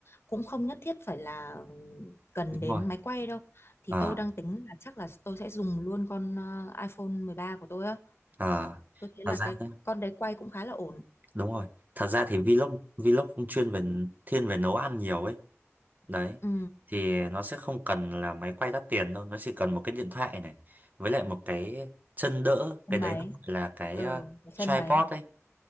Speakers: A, on the left; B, on the right.
A: cũng không nhất thiết phải là ừm, cần
B: đúng
A: đến
B: rồi
A: máy quay đâu thì
B: à
A: tôi đang tính là chắc là tôi sẽ dùng luôn con ờ, iPhone 13 của tôi á
B: à
A: tôi thấy
B: thật
A: là
B: ra
A: cái
B: đấy,
A: con đấy quay cũng khá là ổn
B: đúng rồi thật ra thì vlog vlog cũng chuyên về thiên về nấu ăn nhiều ấy đấy
A: ừ,
B: thì nó sẽ không cần là máy quay đắt tiền đâu nó chỉ cần một cái điện thoại này với lại một cái chân đỡ
A: sân
B: cái đấy
A: máy
B: nó gọi là cái
A: ừ
B: ờ, tripod
A: sân máy
B: ấy